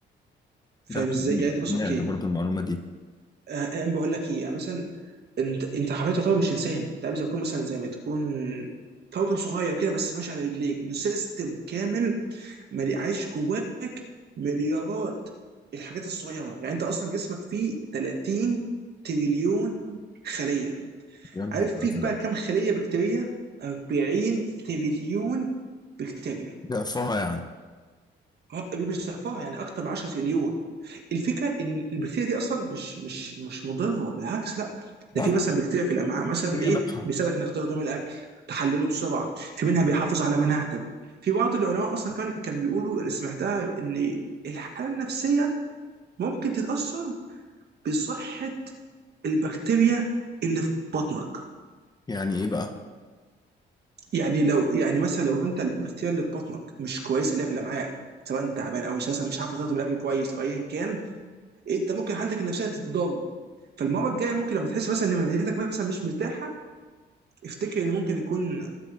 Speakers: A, on the right; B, on the left.
A: فاهم
B: ده
A: ازاي؟
B: حقيقي
A: يعني انت بس
B: سمعت
A: اوكي
B: برضو المعلومة دي
A: آه، آه، انا بقول لك ايه يعني مثلا انت انت حرفيا تعتبر مش انسان انت عامل زي ما تكون مثلا زي ما تكون كوكب صغير كده بس ماشي على رجليك من سيستم كامل ملي- عايش جواك مليارات الحاجات الصغيره يعني انت اصلا جسمك فيه 30 تريليون خليه
B: يا نهار
A: عارف
B: أزرق
A: فيك بقى كم خليه بكتيريه 40 تريليون بكتيريا
B: ضعفها يعني
A: آه، مش ضعفها يعني اكتر من 10 تريليون الفكره ان البكتيريا دي اصلا مش مش مش مضره بالعكس لا
B: نفع
A: ده في مثلا بكتيريا في الامعاء مثلا
B: بكتيريا
A: ايه
B: نفع
A: بيساعدك انك تهضم الاكل تحلله بسرعه في منها بيحافظ على مناعتك في بعض العلماء اصلا كان كان بيقولوا انا سمعتها ان الحاله النفسيه ممكن تتاثر بصحه البكتيريا اللي في بطنك
B: يعني إيه بقى؟
A: يعني لو يعني مثلا لو انت البكتيريا اللي في بطنك مش كويسه اللي هي في الامعاء سواء تعبان او اساسا مش عارفه تهضم الاكل كويس او ايا كان انت ممكن حالتك النفسيه تتضر فالمره الجايه ممكن لما تحس مثلا ان معدتك مثلا مش مرتاحه افتكر ان ممكن يكون